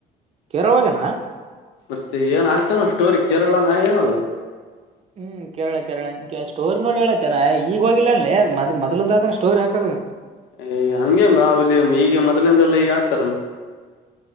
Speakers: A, on the right (about 40°); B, on the left (about 90°).
A: ಕೆರ ಹೋಗ್ಯಾನ
B: ಮತ್ತೆ ಏನ್ ಆಗ್ತಾನಲ್ ಸ್ಟೋರಿ ಕೇರಳ ನ ಏನದು
A: ಹ್ಮ್ ಕೇರಳ ಕೇರಳನೇ ಸ್ಟೋರಿ ನೋಡಿ ಹೇಳತೇನ ಏ ಈಗ ಹೋಗಿಲ್ಲ ಅನ್ಲಿ ಅ ಮದ್ ಮೊದಲಿಂದಾನ ಆದ ಸ್ಟೋರಿ ಹಾಕದ.
B: ಏ ಹಂಗೆಂಗೋ ಹುಲಿ ಈಗ ಮೊದಲಿಂದೆಲ್ಲಾ ಈಗ ಆಗ್ತಾರನ